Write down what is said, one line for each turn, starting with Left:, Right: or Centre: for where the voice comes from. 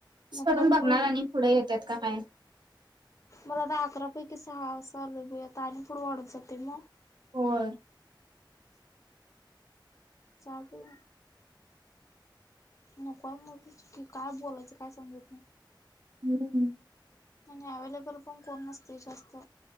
Left: मग
Right: करून
Left: करतो
Right: बघणार आणि पुढे येतात का काय.
Left: मला आता अकरा पैकी सहा अस आता आणि पुढं वाढत जाते मग.
Right: होय.
Left: चपूया.. नकोय म्ह क काय बोलायचं काय समजत नाही.
Right: हम...
Left: नाही अवेलेबल पण कोण नसते जास्त.